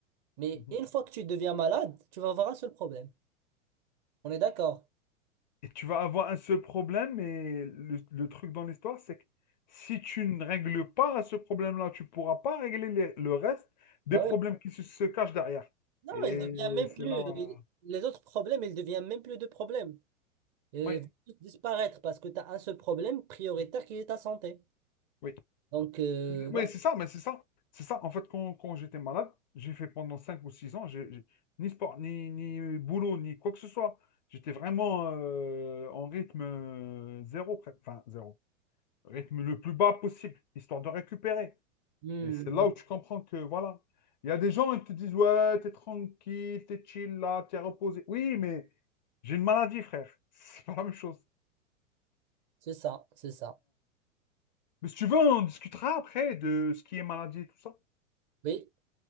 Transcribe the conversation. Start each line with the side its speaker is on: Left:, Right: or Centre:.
Right: Mais
Left: Mhm.
Right: une fois que tu deviens malade, tu vas avoir un seul problème. On est d'accord?
Left: Et tu vas avoir un seul problème, et le, le truc dans l'histoire, c'est que si tu ne règles pas ce problème-là, tu pourras pas régler les- le reste
Right: Bah
Left: des problèmes
Right: oui.
Left: qui se, se cachent derrière.
Right: Non,
Left: Et
Right: il devient même
Left: c'est
Right: plus.
Left: là. voilà.
Right: il- Les autres problèmes, ils deviennent même plus de problèmes. Ils
Left: Oui,
Right: vont tous disparaître parce que tu as un seul problème prioritaire qui est ta santé.
Left: oui.
Right: Donc, euh,
Left: Oui,
Right: ouais.
Left: c'est ça, mais c'est ça. C'est ça. En fait, quand, quand j'étais malade, j'ai fait pendant 5 ou 6 ans, j'ai, j'ai- ni sport, ni, ni boulot, ni quoi que ce soit. J'étais vraiment euh, en rythme euh, zéro, pre- enfin zéro, rythme le plus bas possible, histoire de récupérer.
Right: Hmm,
Left: Et c'est là où tu comprends que, voilà, il y a des gens qui te disent, ouais, t'es tranquille, t'es chill là, t'es reposé. Oui, mais j'ai une maladie, frère. <laughs> C'est pas la même chose.
Right: C'est ça, c'est ça.
Left: Mais si tu veux, on discutera après de ce qui est maladie et tout ça.
Right: Oui.